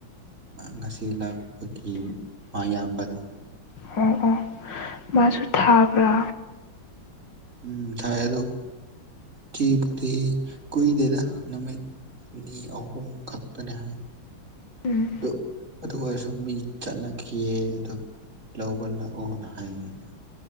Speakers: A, on the right (about 35°); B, on the left (about 65°).
A: ꯉꯁꯤ ꯁ ꯂꯥꯛꯄꯒꯤ ꯃꯌꯥꯝꯕꯗꯣ
B: ꯑꯣ ꯑꯣ ꯃꯥꯁꯨ ꯊꯥꯕ꯭ꯔꯥ
A: ꯎꯝ ꯊꯥꯏ ꯑꯗꯣ ꯆꯤꯕꯨꯗꯤ ꯀꯨꯏꯗꯦꯗ ꯅꯨꯃꯤꯠꯅꯤ ꯑꯍꯨꯝ ꯈꯛꯇꯅꯦ ꯍꯥꯏ
B: ꯎꯝ
A: ꯑꯗꯨ ꯑꯣꯏꯔꯁꯨ ꯑꯗꯨ ꯃꯤ ꯆꯠꯅꯈꯤꯌꯦ ꯑꯗꯨ ꯂꯧꯕ ꯂꯥꯛꯑꯣꯅ ꯍꯥꯏꯌꯦ ꯑꯩꯅ